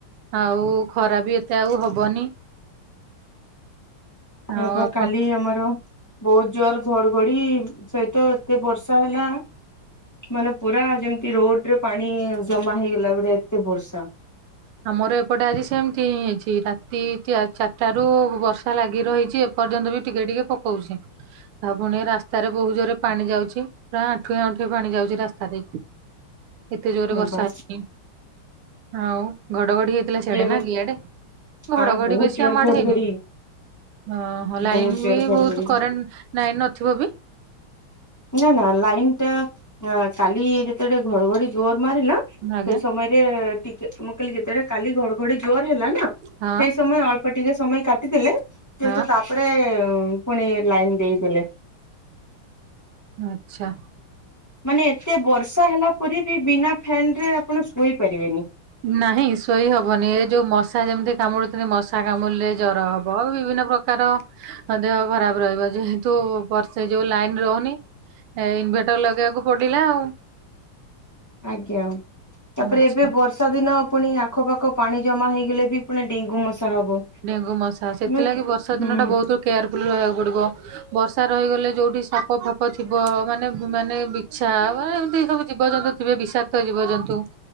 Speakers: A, on the right; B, on the left.
A: ଆଉ ଖରା ବି ଏତେ ଆଉ ହବନି। <inaudible>
B: ହଁ ପା
A: ଆପଣ
B: କାଲି ଆମର ବୋହୁତ୍ ଜୋରେ ଘଡ୍ ଘଡି ସହିତ ଏତେ ବର୍ଷ୍ ହେଲା ମାନେ ପୁରା ଯେମ୍ତି ରୋଡ୍ ରେ ପାଣି ଜମା ହେଇଗ ଲା ବେଳେ ଏତେ ବର୍ଷା
A: ହ <inaudible> ଆମର ଏପଟେ ଆଜି ସେମ୍ତି ହିଁ ହେଇଛି ରାତି ଏଠି ଚାର୍ଟା ରୁ ବର୍ଷା ଲାଗି ରହିଚି ଏ ଏପର୍ଯ୍ୟନ୍ତ ବି ଟିକେ ଟିକେ ପକୋଉଛି। ଆଉ ପୁଣି ରାସ୍ତାରେ ବୋହୁ ଜୋରେ ପାଣି ଯାଉଛି ପୁରା ଆଣ୍ଠୁଏ ଆଣ୍ଠୁଏ ପାଣି ଯାଉଛି ରାସ୍ତାରେ। ଏତେ ଜୋରେ
B: ହଁ
A: ବର୍ଷା
B: ବା
A: ହେ ଆଉ ଘଡଘଡି ହେଇଥିଲା ସେିଆଡେ
B: ଏ
A: ନା ଇଆଡେ। ଘଡଘଡି
B: ଆ ବହୁତ
A: ବେଶୀ
B: ଜୋର
A: ଆମ ଆଡ
B: ଘଡଘଡି
A: ହେଇନି ଓହୋ ଲାଇନ
B: ବହୁତ ଜୋର
A: ବି
B: ଘଡଘଡି
A: ବହୁତ କରେଣ୍ଟ। ଉଁ ନାଇଁ ନଥିବ ବି।
B: ନା ନା ଲାଇନ ଟା କାଲି ଯେତେବେଳେ ଘଡଘଡି ଜୋର ମାରିଲା ସେ
A: ଆଜ୍ଞା
B: ସମୟ। ଟିକେ ମୁଁ କହିଲି ଯେତେବେଳେ କାଲି ଘଡଘଡି ଜୋର ହେଲା ନା ସେଇ
A: ହଁ
B: ସମୟ ଅଳ୍ପ। ଅଳ୍ପ ଟିକେ ସମୟ କାଟିଦେଲେ କିନ୍ତୁ
A: ହଁ
B: ତାପରେ ପୁଣି ଲାଇନ ଦେଇଦେଲେ।
A: ଆଛା।
B: ମାନେ ଏତେ ବର୍ଷା ହେଲା ପରେ ବି ବିନା ଫ୍ୟାନ ରେ ଆପଣ ଶୋଇ ପାରିବେନି।
A: ନାହିଁ ଶୋଇ ହବନି ଏ ଯୋଉ ମଶା ଯେମିତି କାମୁଡୁଥିଲେ ମଶା କାମୁଡିଲେ ଜର ହବ ଆଉ ବିଭିନ୍ନ ପ୍ରକାର। ତାର ଦେହ ଖରାପ ରହିବ ଯେହେତୁ ବର୍ଷେ ଯୋଉ ଲାଇନ ରହୁନି। ଏ ଇନଭେଟର ଲଗେଇବାକୁ ପଡିଲା ଆଉ।
B: ଆଜ୍ଞା ତାପରେ
A: ଆଚ୍ଛା
B: ଏବେ ବର୍ଷ। ବର୍ଷା ଦିନ ପୁଣି ଆଖପାଖ ପାଣି ଜମା ହେଇଗଲେ ବି ପୁଣି ଡେଙ୍ଗୁ ମଶା ହବ।
A: ଡେଙ୍ଗୁ ମଶା ସେଥିଲାଗି
B: ନୁହେଁ କି?
A: ବର୍ଷା
B: ହୁଁ
A: ଦିନଟା ବହୁତ କେୟାରଫୁଲ୍ ରହିବାକୁ ପଡ଼ିବ। ବର୍ଷା ରହିଗଲେ ଯୋଉଠି ସାପ ଫାଫ। ସାଫ ଫାଫ ଥିବ ମାନେ ମାନେ ବିଛା ଏମିତି ସବୁ ଜୀବଜନ୍ତୁ ଥିବେ ବିଷାକ୍ତ ଜୀବଜନ୍ତୁ।